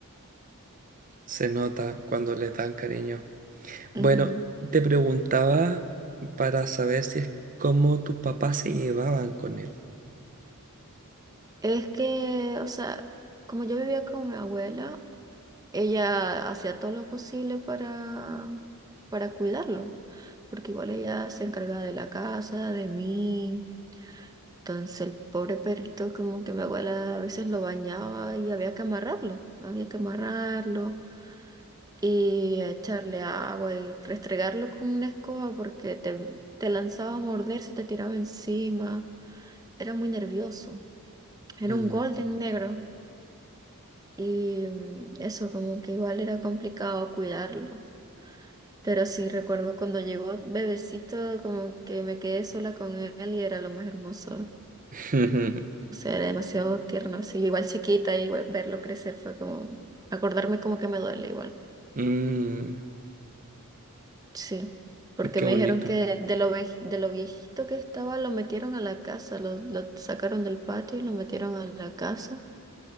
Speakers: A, on the right; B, on the right.
A: Se nota cuando les dan cariño.
B: Ujú.
A: Bueno, te preguntaba para saber si es cómo tus papás se llevaban con él.
B: Es que, o sea, como yo vivía con mi abuela, ella hacía todo lo posible para, para cuidarlo, porque igual ella se encargaba de la casa, de mí. Entonces el pobre perrito como que mi abuela a veces lo bañaba y había que amarrarlo, había que amarrarlo y echarle agua y restregarlo con una escoba porque te, te lanzaba a morder si te tiraba encima. Era muy nervioso. Era
A: Mm.
B: un golden negro y mm, eso como que igual era complicado cuidarlo. Pero sí, recuerdo cuando llegó bebecito, como que me quedé sola con él y era lo más hermoso.
A: <laughs>
B: O sea, era demasiado tierno. Sí, yo igual chiquita, igual verlo crecer fue como, acordarme como que me duele igual.
A: Mm,
B: Sí, porque
A: qué
B: me
A: bonito.
B: dijeron que de lo, vej- de lo viejito que estaba lo metieron a la casa, lo, lo sacaron del patio y lo metieron a la casa.